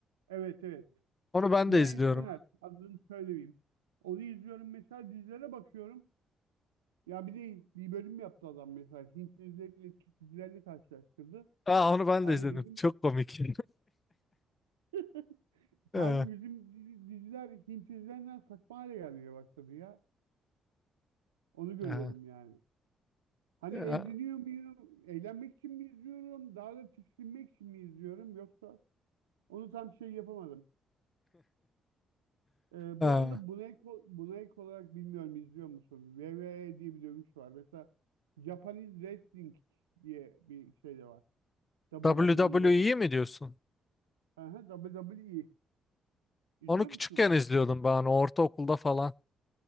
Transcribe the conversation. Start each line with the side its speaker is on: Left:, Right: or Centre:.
Right: evet evet.
Left: Onu ben
Right: M.
Left: de izliyorum.
Right: Soner, adını söylemeyeyim. Onu izliyorum mesela dizilere bakıyorum. Ya bir de bir bölüm yaptı adam mesela. Hint dizileriyle Türk dizilerini karşılaştırdı.
Left: Aa, onu ben
Right: Abi
Left: de izledim.
Right: bizim
Left: Çok komik.
Right: <laughs>
Left: <laughs>
Right: Hem
Left: Ee,
Right: bizim dizi- diziler Hint dizilerinden saçma hale gelmeye başladı ya. Onu görüyorum
Left: ee,
Right: yani. Hani
Left: ee,
Right: eğleniyor muyum? Eğlenmek için mi izliyorum? Daha da tiksinmek için mi izliyorum? Yoksa onu tam şey yapamadım. Ee,
Left: ee.
Right: bu arada buna ek, ol- buna ek olarak bilmiyorum izliyor musun? WWE diye bir dövüş var. Mesela Japanese Wrestling diye bir şey de var. WWE'ye
Left: WWE
Right: benzer.
Left: mi diyorsun?
Right: Aha, WWE. İzliyor
Left: Onu küçükken
Right: musun onu?
Left: izliyordum ben. Hani ortaokulda falan.